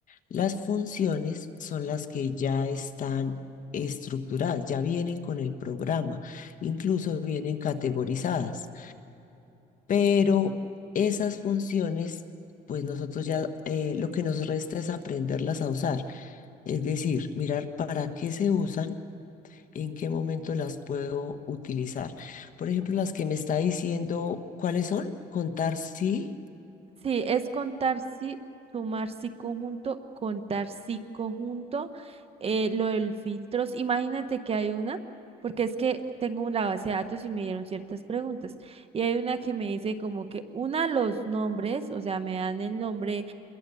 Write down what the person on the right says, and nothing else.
ujú.
Sí, es contar sí, sumar sí conjunto, contar sí conjunto, eh, lo del filtros. Imagínate que hay una, porque es que tengo una base de datos y me dieron ciertas preguntas. Y hay una que me dice como que una los nombres, o sea, me dan el nombre